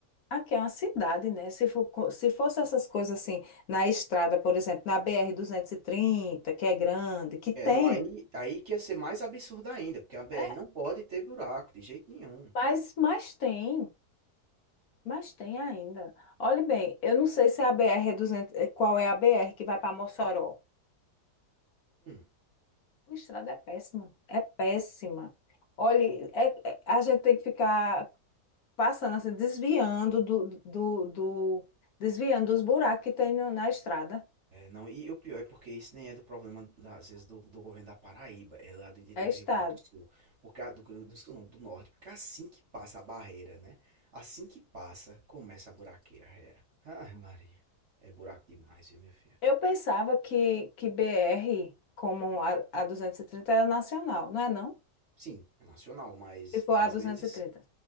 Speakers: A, on the left; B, on the right.
A: Aqui é uma cidade, né? Se for, co- se fosse essas coisas assim, na estrada, por exemplo, na br trinta, que é grande, que tem,
B: É, não, aí, aí que ia ser mais absurdo ainda, porque a BR
A: é,
B: não pode ter buraco de jeito nenhum.
A: mas, mas tem, mas tem ainda. Olhe bem, eu não sei se é a BR é 200, eh, qual é a BR que vai para Mossoró.
B: Hum.
A: A estrada é péssima, é péssima. Olhe, é- é- a gente tem que ficar passando assim, desviando do, do, do- desviando dos buracos que tem no- na estrada.
B: É, não, e o pior é porque isso nem é do problema, da- às vezes, do, do governo da Paraíba, é lá do, do,
A: É
B: do
A: estrada.
B: Rio Grande do Sul, porque a- do, Rio Grande do Sul não, do Norte, porque assim que passa a barreira, né? Assim que passa, começa a buraqueira, é. Ai, Maria, é buraco demais, viu, minha filha?
A: Eu pensava que, que BR, como a, a 230, era nacional, não é não?
B: Sim, é nacional, mas
A: Se for
B: às
A: a
B: vezes,
A: 230,